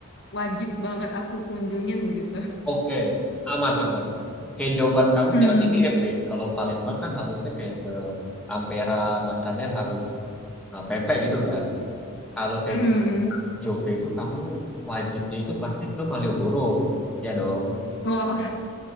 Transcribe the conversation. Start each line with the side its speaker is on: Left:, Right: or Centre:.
Left: wajib banget aku kunjungin gitu?
Centre: Oke, aman aman. Kayak jawaban kamu
Left: Hmm,
Centre: kayak nanti mirip nih. Kalau Palembang kan harusnya kayak ke Ampera makannya harus uh, pempek gitu kan. Kalau kayak
Left: hmm,
Centre: Jogja itu kamu wajibnya itu pasti ke Malioboro. Ya dong.
Left: wah